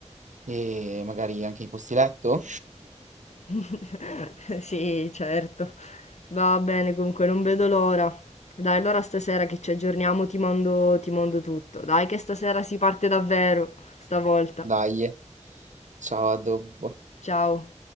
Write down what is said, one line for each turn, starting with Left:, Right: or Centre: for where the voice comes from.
Right: e magari anche i posti letto.
Left: <laughs> Sì, certo. Va bene, comunque non vedo l'ora. Dai, allora stasera che ci aggiorniamo ti mando, ti mando tutto. Dai, che stasera si parte davvero, stavolta.
Right: Dai, ciao, a dopo.
Left: Ciao.